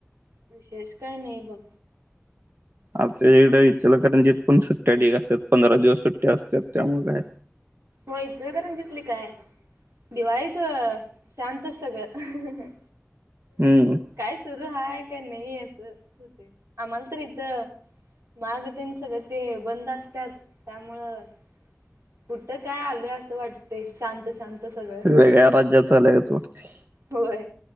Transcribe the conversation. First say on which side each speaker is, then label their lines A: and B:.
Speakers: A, on the right; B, on the right.
A: विशेष काही नाही बघ.
B: आमच्या हिकडं इचलकरंजीत पण सुट्ट्या ढिग असत्यात पंधरा दिवस सुट्ट्या असत्यात त्यामुळं काय.
A: होय इचलकरंजीतली काय. दिवाळीत शांतचं सगळं अ हं हं हं.
B: हम्म.
A: काय सुरू हाय काय नाही असं, होते आम्हाला तर इथं. माग तेन सगळं ते बंद असत्यात त्यामुळं. कुठं काय आलय, असं वाटते शांत शांत. सगळं
B: वेगळ्या राज्यात आल्या गत वाटते.
A: होय,